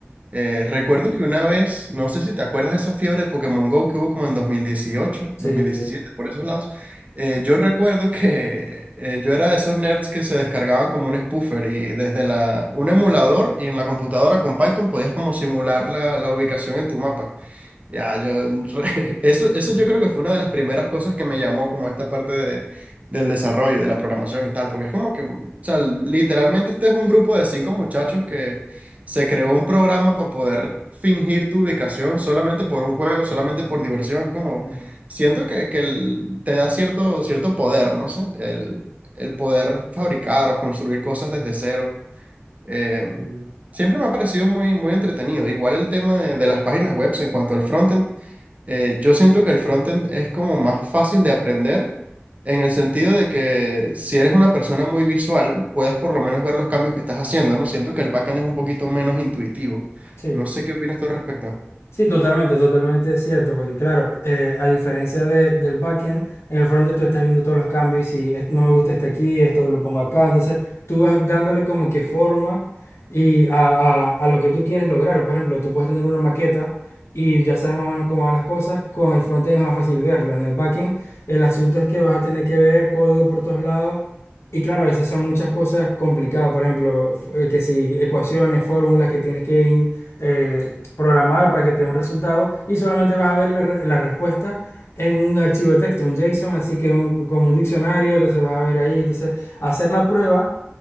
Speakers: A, on the right; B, on the left.
A: Eh, recuerdo que una vez, no sé si te acuerdas de esa fiebre de Pokémon Go que hubo como en 2018, 2017,
B: Sí, sí.
A: por esos lados. Eh, yo recuerdo que eh, yo era de esos nerds que se descargaban como un spoofer y desde la, un emulador y en la computadora con Python podías como simular la, la ubicación en tu mapa. Ya, yo, <laughs> eso, eso
B: Ujú.
A: yo creo que fue una de las primeras cosas que me llamó como esta parte de, del desarrollo, de la programación y tal, porque es como que, o sea, literalmente este es un grupo de cinco muchachos que se creó un programa para poder fingir tu ubicación solamente por un juego, solamente por diversión, como
B: Mm.
A: siento que, que el- te da cierto, cierto poder, no sé, el, el poder fabricar o construir cosas desde cero. Eh,
B: sí.
A: Siempre me ha parecido muy, muy entretenido. Igual el tema de, de las páginas web en cuanto al frontend. Eh, yo siento que el frontend es como más fácil de aprender en el sentido de que si eres una persona muy visual, puedes por lo menos ver los cambios que estás haciendo, ¿no? Siento que el backend es un poquito menos intuitivo.
B: Sí.
A: No sé qué opinas tú al respecto.
B: Sí, totalmente, totalmente es cierto, porque claro, eh, a diferencia de- del backend, en el frontend tú estás viendo todos los cambios y es- no me gusta este aquí, esto lo pongo acá, entonces tú vas dándole como que forma y a, a- a lo que tú quieres lograr. Por ejemplo, tú puedes tener una maqueta y ya sabes más o menos cómo van las cosas, con el frontend es más fácil verlo, en el backend el asunto es que vas a tener que ver código por todos lados. Y claro, a veces son muchas cosas complicadas, por ejemplo, f- eh, que si ecuaciones, fórmulas que tienes que in- eh, programar para que te dé un resultado y solamente vas a ver la, re- la respuesta en un archivo de texto, un JSON, así que un- como un diccionario, entonces vas a ver ahí, entonces hacer la prueba